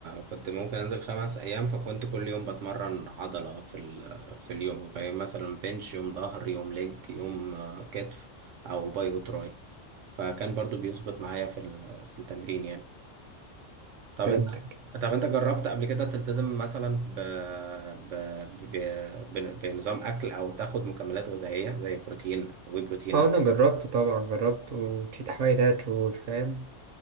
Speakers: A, on the right; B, on the right.
A: كنت ممكن انزل خمس ايام فكنت كل يوم بتمرن عضلة في ال... في اليوم فيوم مثلا بنش يوم ظهر يوم ليج يوم آه، كتف او باي وتراي فكان برضو بيظبط معايا في ال... في التمرين يعني طب
B: فهمتك
A: انت طب انت جربت قبل كده تلتزم مثلا ب... ب... ب... ب... بنظام اكل او تاخد مكملات غذائيه زي بروتين او بروتين
B: اه
A: او
B: انا جربته طبعا جربته وفي تحوالي تلات شهور فاهم